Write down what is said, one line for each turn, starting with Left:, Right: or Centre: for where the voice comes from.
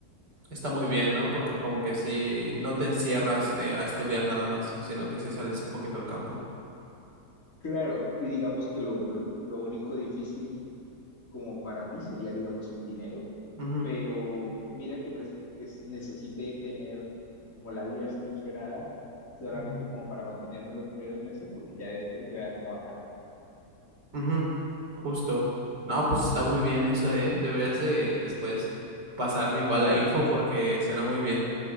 Right: Está muy bien, ¿no? Porque como que sí, no te encierras eh, a estudiar nada más, sino que sí sales un poquito al campo.
Left: Claro, y digamos que lo, lo, lo único difícil como para mí sería, digamos, el dinero,
Right: Ujú,
Left: pero mira que no es que s- necesite tener como la vida solucionada solamente
Right: ujú.
Left: como para mantenerme los primeros meses porque ya después voy a trabajar.
Right: Ujú, Justo. No, pues está muy bien eso, ¿eh? Deberías de después pasarme igual la info porque suena muy bien.